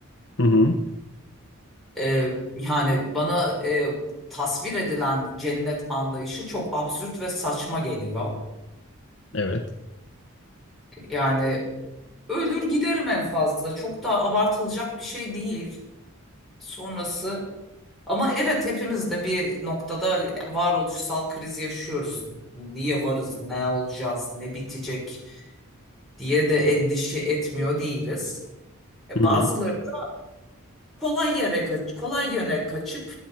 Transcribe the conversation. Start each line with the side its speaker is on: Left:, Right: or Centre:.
Left: Hı hı.
Centre: Ee, yani bana e, tasvir edilen cennet anlayışı çok absürt ve saçma geliyor.
Left: Evet.
Centre: Yani ölür giderim en fazla. Çok da abartılacak bir şey değil. Sonrası ama evet hepimiz de bir noktada varoluşsal kriz yaşıyoruz. Niye varız, ne olacağız, ne bitecek? diye de endişe etmiyor değiliz. E,
Left: Hı
Centre: bazıları
Left: hı.
Centre: da kolay yere kaç kolay yöne kaçıp